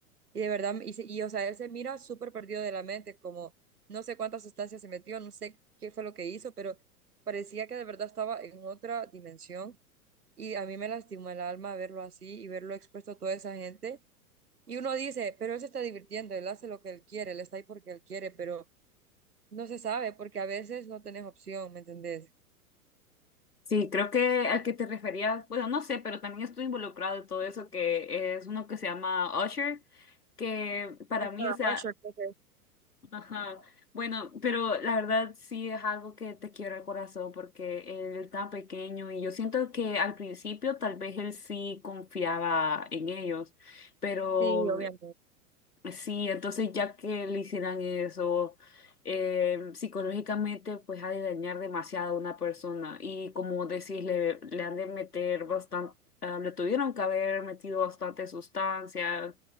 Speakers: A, on the right; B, on the left.
A: y de verdad, y, se- y, o sea, él se mira súper perdido de la mente, como no sé cuántas sustancias se metió, no sé qué fue lo que hizo, pero parecía que de verdad estaba en otra dimensión. Y a mí me lastimó el alma verlo así y verlo expuesto a toda esa gente. Y uno dice, pero él se está divirtiendo, él hace lo que él quiere, él está ahí porque él quiere, pero no se sabe porque a veces no tenés opción, ¿me entendés?
B: Sí, creo que al que te referías, bueno, no sé, pero también estoy involucrado en todo eso, que es uno que se llama Usher, que para
A: Ah,
B: mí, o sea,
A: yo creo
B: ajá, bueno, pero la verdad sí es algo que te quiebra el corazón porque él tan pequeño y yo siento que al principio tal vez él sí confiaba en ellos, pero
A: sí, obviamente.
B: Sí, entonces ya que le hicieran eso, eh, psicológicamente pues ha de dañar demasiado a una persona y como decís, le, le han de meter bastante, le tuvieron que haber metido bastante sustancias